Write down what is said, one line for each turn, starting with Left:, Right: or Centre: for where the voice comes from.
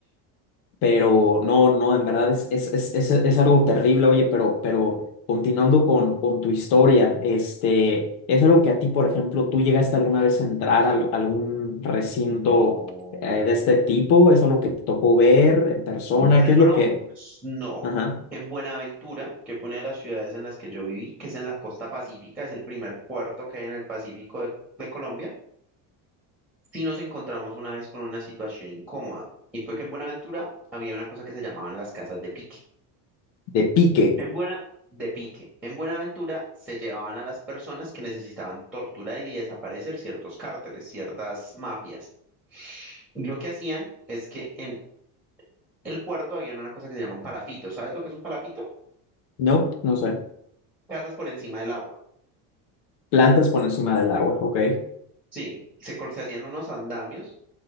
Left: Pero no, no, en verdad es, es, es, es, es algo terrible, oye, pero, pero continuando con, con tu historia, este, ¿es algo que a ti, por ejemplo, tú llegaste alguna vez a entrar a, al- algún recinto
Centre: No.
Left: eh, de este tipo? ¿Es algo que te tocó ver en persona?
Centre: Del
Left: ¿Qué es
Centre: Bronx,
Left: lo que,
Centre: no.
Left: ajá,
Centre: En Buenaventura, que fue una de las ciudades en las que yo viví, que es en la costa pacífica, es el primer puerto que hay en el Pacífico de, de Colombia. sí nos encontramos una vez con una situación incómoda, y fue que en Buenaventura había una cosa que se llamaban las casas de pique.
Left: de pique,
Centre: En Buena, de pique. En Buenaventura se llevaban a las personas que necesitaban torturar y desaparecer ciertos cárteles, ciertas mafias. Y lo que hacían es que en el puerto habían una cosa que se llaman palafitos. ¿Sabes lo que es un palafito?
Left: no? No sé,
Centre: Casas por encima del agua.
Left: plantas por encima del agua, ok,
Centre: Sí, y se, col- se hacían unos andamios